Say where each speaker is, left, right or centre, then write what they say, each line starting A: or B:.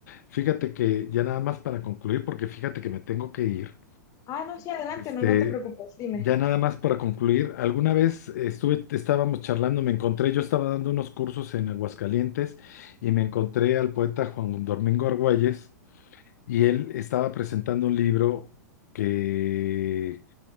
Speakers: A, on the left; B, on the left.
A: Fíjate que ya nada más para concluir, porque fíjate que me tengo que ir.
B: Ah, no, sí, adelante,
A: Este,
B: no, no te preocupes, dime.
A: ya nada más para concluir, alguna vez estuve, estábamos charlando, me encontré, yo estaba dando unos cursos en Aguascalientes y me encontré al poeta Juan Domingo Argüelles y él estaba presentando un libro que,